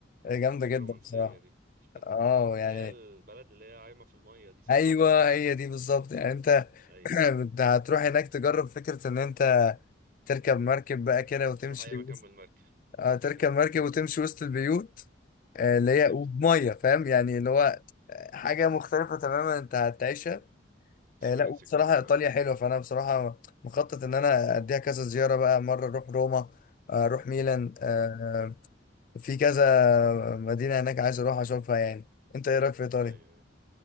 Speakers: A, on the left; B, on the right.
A: جامدة
B: حاجة
A: جدا
B: رومانسية
A: بصراحة
B: دي <laughs>
A: اه يعني
B: اللي هي البلد اللي هي عايمة في المية دي صح؟
A: ايوه هي دي بالظبط يعني انت
B: ايوه
A: <clears throat> انت هتروح هناك تجرب فكره ان انت تركب مركب بقى كده وتمشي
B: بتروح اي مكان
A: وسط
B: بالمركب
A: آه
B: <laughs>
A: تركب مركب وتمشي وسط البيوت آه اللي
B: بالظبط
A: هي وبميه فاهم يعني اللي هو آه، حاجه مختلفه تماما انت هتعيشها
B: اكسبيرينس
A: آه لا وبصراحه
B: جديدة فعلا
A: ايطاليا حلوه فانا بصراحه مخطط ان انا اديها كذا زياره بقى مره اروح روما آه، اروح ميلان آه
B: امم
A: في كذا مدينه هناك عايز اروح اشوفها يعني انت ايه رايك في ايطاليا؟
B: ايوه ايوه